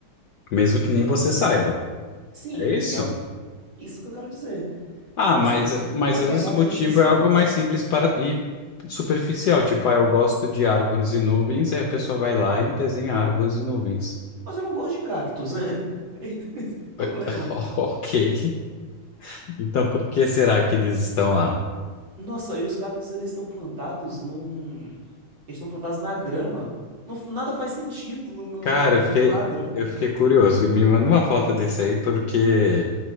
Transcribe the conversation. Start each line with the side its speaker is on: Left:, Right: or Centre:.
Left: Mesmo que nem você saiba.
Right: Sim,
Left: É isso?
Right: Isso que eu quero dizer.
Left: Ah,
Right: Você,
Left: mas, mas
Right: vou
Left: às
Right: pegar
Left: vezes o
Right: aqui
Left: motivo
Right: o pincel.
Left: é algo mais simples para, e superficial. Tipo, ah, eu gosto de árvores e nuvens, aí a pessoa vai lá e desenha árvores e nuvens.
Right: Mas eu não gosto de cactos, né? <laughs> Esse é o problema.
Left: <laughs> Ok. Então por que será que eles estão lá?
Right: Nossa, e os cactos eles estão plantados num. Eles estão plantados na grama. Não, f- nada faz sentido no, no,
Left: Cara,
Right: no-
Left: eu
Right: no
Left: fiquei,
Right: quadro.
Left: eu fiquei curioso. Me manda uma foto desse aí, porque